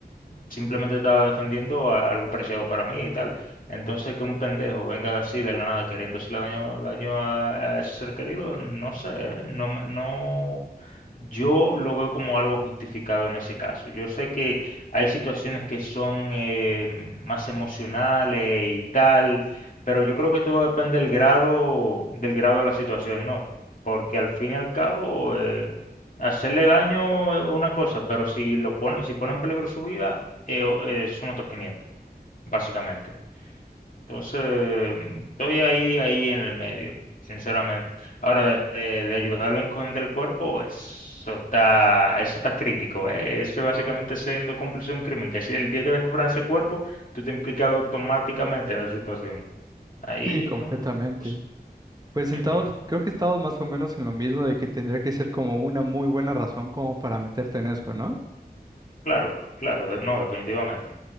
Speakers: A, on the left (about 55°); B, on the right (about 25°).
A: simplemente estaba defendiendo a- algo preciado para mí y tal. Entonces, que un pendejo venga así de la nada queriendo hacerle daño, daño a, a ese ser querido, no sé, ¿eh? No, me- no, yo lo veo como algo justificado en ese caso. Yo sé que hay situaciones que son eh, más emocionales y tal, pero yo creo que todo depende del grado, del grado de la situación, ¿no? Porque al fin y al cabo... eh, Hacerle daño es una cosa, pero si lo pone, si pone en peligro su vida, eh, o- eh, son otros 500, básicamente. Entonces, mm, estoy ahí, ahí en el medio, sinceramente. Ahora, de, de- de ayudarlo a esconder el cuerpo, eso está, eso está crítico, ¿eh? Eso es básicamente siendo cómplice de un crimen, que si el día que descubran ese cuerpo, tú te implicas automáticamente en la situación. Ahí
B: Sí, completamente.
A: no... no sé.
B: Pues sentados,
A: Ujú.
B: creo que estamos más o menos en lo mismo de que tendría que ser como una muy buena razón como para meterte en eso, ¿no?
A: Claro, claro, de- no, definitivamente.